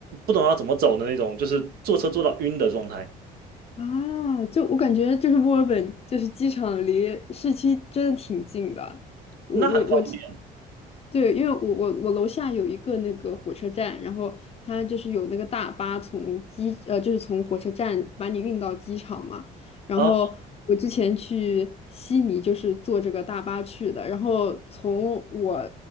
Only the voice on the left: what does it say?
啊，就我感觉就是墨尔本，就是机场离市区真的挺近的。我我我，
对，因为我我我楼下有一个那个火车站，然后它就是有那个大巴从机呃，就是从火车站把你运到机场嘛。然后我之前去悉尼就是坐这个大巴去的，
然后从我